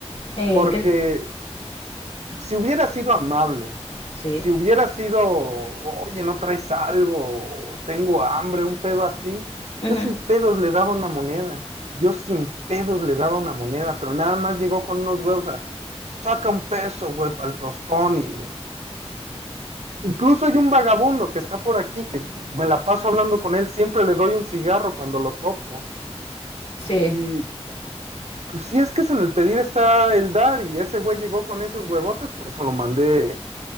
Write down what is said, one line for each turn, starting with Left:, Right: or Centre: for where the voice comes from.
Left: ¿En
Right: porque
Left: qué?
Right: si hubiera sido amable,
Left: Sí.
Right: si hubiera sido, oye, no traes algo, tengo hambre, un pedo así,
Left: Ujú,
Right: yo sin pedos le daba una moneda, yo sin pedos le daba una moneda, pero nada más llegó con unos huevos a, saca un peso, güey, para el tostón y... Incluso hay un vagabundo que está por aquí, que me la paso hablando con él, siempre le doy un cigarro cuando lo topo.
Left: Sí.
Right: Y pues sí es que es en el pedir está el dar, y ese güey llegó con esos huevotes, por eso lo mandé